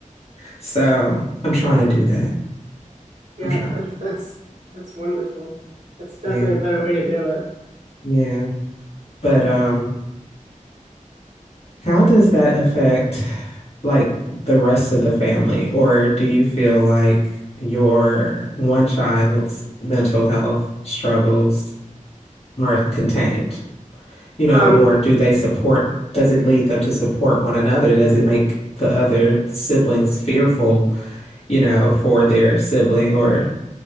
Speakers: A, on the left; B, on the right.
A: So, I'm trying to do that.
B: Yeah,
A: I'm trying
B: that's
A: to do
B: that's
A: that.
B: that's wonderful. That's definitely
A: Yeah.
B: a better way to do it.
A: Yeah. But um, how does that affect like the rest of the family? Or do you feel like your one child's mental health struggles are contained? You know,
B: Um,
A: or do they support, does it lead them to support one another? Does it make the other siblings fearful, you know, for their sibling or